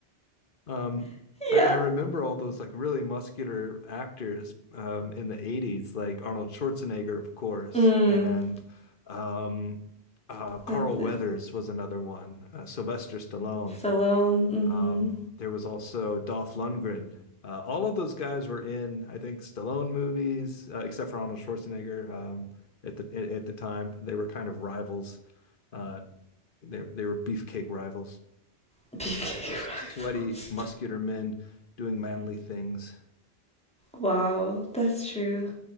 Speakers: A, on the left; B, in the centre.
A: Um, I,
B: Yeah.
A: I remember all those like really muscular actors um, in the 80s, like Arnold Schwarzenegger, of course,
B: Mm.
A: and um, uh, Carl
B: That's
A: Weathers
B: it.
A: was another one, uh, Sylvester Stallone.
B: Salon. Mm-hmm.
A: Um, there was also Dolph Lundgren. Uh, all of those guys were in, I think, Stallone movies, uh, except for Arnold Schwarzenegger. Um, at the at the time, they were kind of rivals. Uh, they they were beefcake rivals
B: <laughs> Beefcake
A: sweaty,
B: rifles.
A: muscular men doing manly things. <laughs>
B: Wow, that's true.